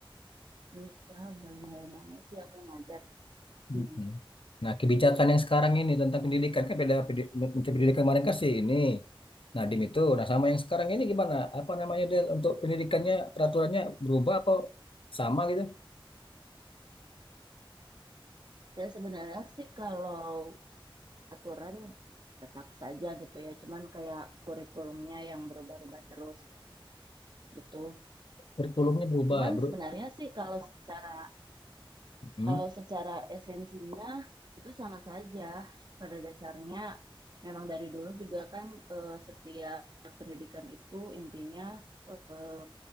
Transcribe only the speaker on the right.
Iya, udah lumayan lama sih aku ngajar. Hmm.
Dan sebenarnya sih kalau aturan tetap saja gitu ya, cuman kayak kurikulumnya yang berubah-ubah terus gitu.
Cuman
sebenarnya sih kalau secara
kalau secara esensinya itu sama saja pada dasarnya memang dari dulu juga kan eh, setiap pendidikan itu intinya eh,